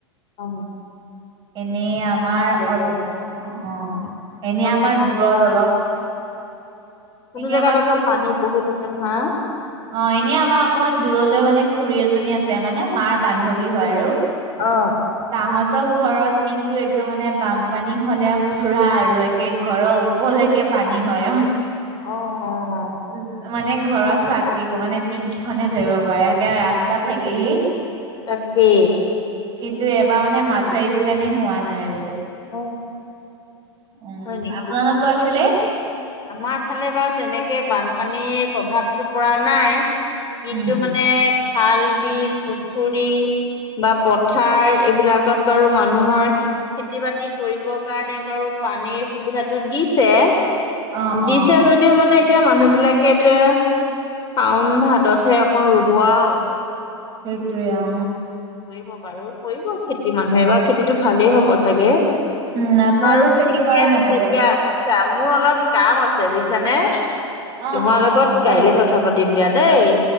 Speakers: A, on the left; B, on the right.
A: অঁ
B: এনেই আমাৰ অল
A: ইয়াত নহ'লে
B: অঁ এনেই আমাৰ
A: কোনো
B: দূৰত
A: কোনো জেগাত
B: অলপ
A: আকৌ
B: <inaudible>
A: কোনো
B: এনে
A: জোগাত
B: আমাৰ
A: আকৌ পানী বহুত হৈছে নহয়।
B: অঁ এনেই আমাৰ অকমান দূৰলৈ মানে খুৰী এজনী আছে মানে মাৰ বান্ধৱী হয় আৰু।
A: অঁ
B: তাহতৰ ঘৰত কিন্তু একদম মানে বানপানী হ'লে ফুৰা আৰু একে ঘৰৰ ওপ ৰলেকে পানী হয় অঁ।
A: অঁ অঁ
B: উম মানে ঘৰৰ চাত কি মানে টিংকি খনে ধৰিব পাৰে সেইকাৰণে ৰাস্তাত থাকেহি। <inaudible>
A: তাকে
B: কিন্তু এইবাৰ মানে মাথাউৰিটো কাৰণে হোৱা নাই আৰু।
A: হয়
B: উম,
A: নেকি?
B: আপোনালোঁকৰ হেইফালে
A: আমাৰ ফালে বাৰু তেনেকে বানপানীৰ প্ৰভাৱতটো পৰা নাই। কিন্তু
B: উম,
A: মানে খাল বিল পুখুৰী বা পথাৰ এইবিলাকত বাৰু মানুহৰ খেতি বাতি কৰিবৰ কাৰণে বাৰু পানীৰ সুবিধাটো দিছে।
B: অ',
A: দিছে
B: অ',
A: য ও মানে এতিয়া মানুহ বিলাকে এতিয়া শাওন ভাদতহে অকন ৰুব আৰু।
B: সেইটোৱে অ,
A: কৰিব বাৰু কৰিব খেতি মানুহে বা খেতিটো ভালেই হব চাগে,
B: উম, আপোনালোকৰ
A: বাৰু
B: খেতি
A: ঠিকে
B: কৰে
A: আছে
B: নকৰে?
A: দিয়া। বুজিছা মোৰ অলপ কাম আছে বুজিছানে,
B: অ',
A: তোমাৰ
B: অ',
A: লগত
B: হ'ব
A: কাইলে
B: দিয়ক।
A: কথা পাতো দিম দিয়া দেই,